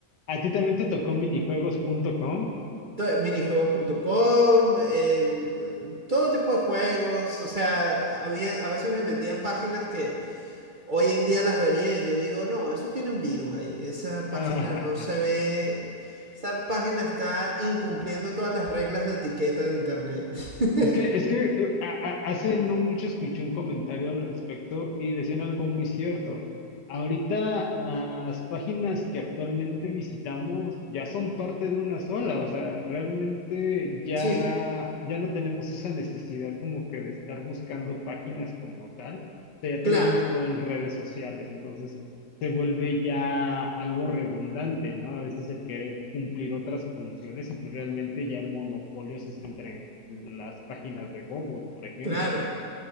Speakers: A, on the left (about 80°); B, on the right (about 45°).
A: ¿A ti también te tocó minijuegos.com?
B: To- Minijuegos.com, em, todo tipo de juegos, o sea, había, a veces me metía en páginas que, Hoy en día las vería y yo digo, no, eso tiene un virus ahí. Esa página
A: <laughs>
B: no se ve. Esa página está incumpliendo todas las reglas de etiqueta de internet. <laughs>
A: Es que, es que eh, a- a- hace no mucho escuché un comentario al respecto y decían algo muy cierto. Ahorita las páginas que actualmente visitamos ya son parte de una sola, o sea, realmente ya,
B: Sí,
A: ya no tenemos esa necesidad como que de estar buscando páginas como tal, o sea, ya
B: claro,
A: tenemos todo en redes sociales, entonces se vuelve ya algo redundante, ¿no? A veces el querer cumplir otras funciones y pues realmente ya el monopolio se centra en las páginas de Google, por ejemplo.
B: claro.